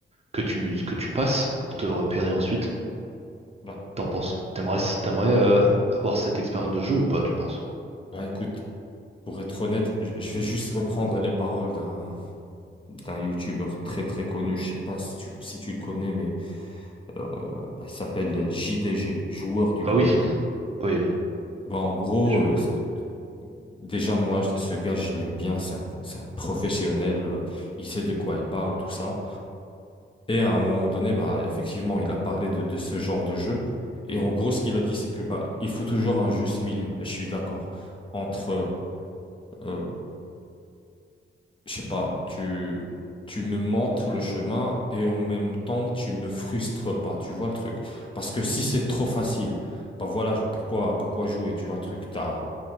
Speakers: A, on the right; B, on the left.
A: que tu, que tu passes pour te repérer ensuite?
B: Bah,
A: T'en penses, t'aimerais, t'aimerais euh, avoir cette expérience de jeu ou pas, tu penses?
B: bah écoute, pour être honnête, j- je vais juste reprendre les paroles d'un d'un YouTuber très très connu, je sais pas si tu, si tu le connais, mais Euh, bah, il s'appelle JDG, joueur du
A: Ah
B: grenier.
A: oui, oui, oui.
B: Bah, en gros,
A: Je-
B: euh, c'est- déjà, moi, je- ce gars, je l'aime bien. C'est un, c'est un professionnel. euh, il sait de quoi il parle, tout ça. Et à un moment donné, bah, effectivement, il a parlé de, de ce genre de jeu. Et en gros, ce qu'il a dit, c'est que bah, il faut toujours un juste milieu. Et je suis d'accord. Entre euh, je sais pas, tu, tu me montres le chemin et en même temps, tu me frustres pas, tu vois le truc. Parce que si c'est trop facile, bah voilà, je- pourquoi, pourquoi jouer, tu vois le truc. T'as,